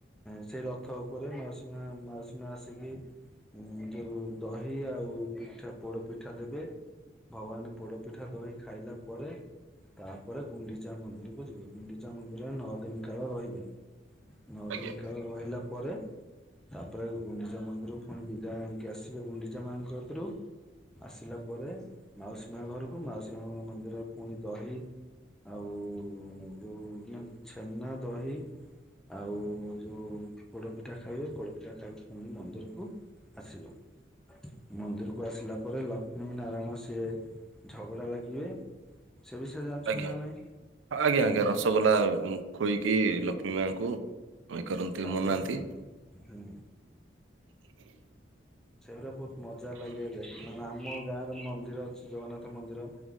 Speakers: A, in the centre; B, on the right.
A: ସେ ରଥ ଉପରେ ମାଉସୀ ମା ମାଉସୀ ମା ଆସିକି ଯୋଉ ଦହି ଆଉ ପିଠା ପୋଡ ପିଠା ଦେବେ। ଭଗବାନ ପୋଡପିଠା ଦହି ଖାଇଲା ପରେ ତାପରେ ଗୁଣ୍ଡିଚା ମନ୍ଦିରକୁ ଯିବେ। ଗୁଣ୍ଡିଚା ମନ୍ଦିରରେ ନଅ ଦିନ କାଳ ରହିବେ। ନଅ
B: ଆଜ୍ଞା
A: ଦିନ କାଳେ ରହିଲା ପରେ ତାପରେ ଗୁଣ୍ଡିଚା ମନ୍ଦିରରୁ ପୁଣି ବିଦାୟ ଆଣିକି ଆସିବେ ଗୁଣ୍ଡିଚା ମାଙ୍କ କତିରୁ। ଆସିଲା ପରେ ମାଉସୀ ମା ଘରକୁ ମାଉସୀ ମାଙ୍କ ମନ୍ଦିରରେ ପୁଣି ଦହି ଆଉ ଯୋଉ ଛେନା ଦହି ଆଉ ଯୋଉ ପୋଡପିଠା ଖାଇବେ, ପୋଡପିଠା ଖାଇବେ ପୁଣି ମନ୍ଦିରକୁ ଆସିବେ। ମନ୍ଦିର କୁ ଆସିଲା ପରେ ଲକ୍ଷ୍ମୀ ନାରାୟଣ ସିଏ ଝଗଡା ଲାଗିବେ। ସେ ବିଷୟରେ ଜାଣିଛନ୍ତି
B: ଆଜ୍ଞା
A: ନା ନାଇଁ?
B: ଆଜ୍ଞା ଆଜ୍ଞା ରସଗୋଲା ଖୋଇକି ଲକ୍ଷ୍ମୀ ମାଙ୍କୁ ଅଇ କରନ୍ତି
A: ତାପରେ
B: ମନାନ୍ତି।
A: ହୁଁ ସେଗୁଡ଼ା ବହୁତ ମଜା ଲାଗେହେଲେ ମାନେ ଆମ ଗାଁରେ ମନ୍ଦିର ଅଛି ଜଗନ୍ନାଥ ମନ୍ଦିର